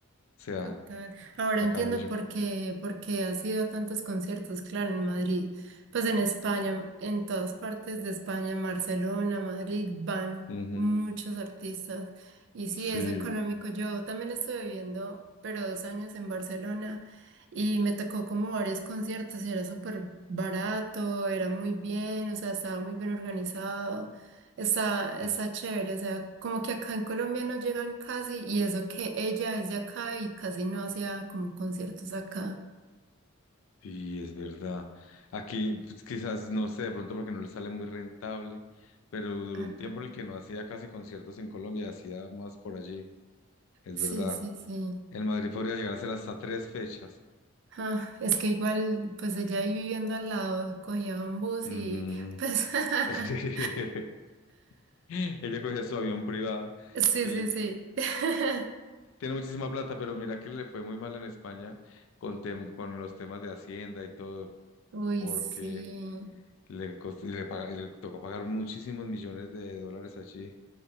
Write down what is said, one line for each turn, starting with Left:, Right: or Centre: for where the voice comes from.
Left: sea,
Right: Total. Ahora
Left: acá
Right: entiendo
Left: en New York.
Right: por qué, por qué has ido a tantos conciertos, claro, en Madrid, pues en España, en todas partes de España, en Barcelona, Madrid, van
Left: Ujú,
Right: muchos artistas. Y sí,
Left: Sí.
Right: es económico. Yo también estuve viviendo, pero dos años en Barcelona y me tocó como varios conciertos y era súper barato, era muy bien, o sea, estaba muy bien organizado. Está, está
Left: sí.
Right: chévere, o sea, como que acá en Colombia no llegan casi, y eso que ella es de acá y casi no hacía como conciertos acá.
Left: Sí, es verdad. Aquí pues, quizás, no sé, de pronto porque no le sale muy rentable, pero duró
Right: Ajá.
Left: un tiempo en el que no hacía casi conciertos en Colombia, hacía más por allí, es
Right: Sí,
Left: verdad.
Right: sí, sí.
Left: En Madrid podría llegar a ser hasta tres fechas.
Right: Ah, es que igual, pues ella ahí viviendo al lado, cogía un bus
Left: Ujú.
Right: y pues... <laughs>
Left: <laughs> Sí. Ella cogía su avión privado.
Right: Sí,
Left: se
Right: sí,
Left: le-
Right: sí. <laughs>
Left: Tiene muchísima plata, pero mira que le fue muy mal en España con, tem- con los temas de Hacienda y todo,
Right: Uy,
Left: porque
Right: sí.
Left: le, cos- le, paga- le tocó pagar muchísimos millones de dólares allí.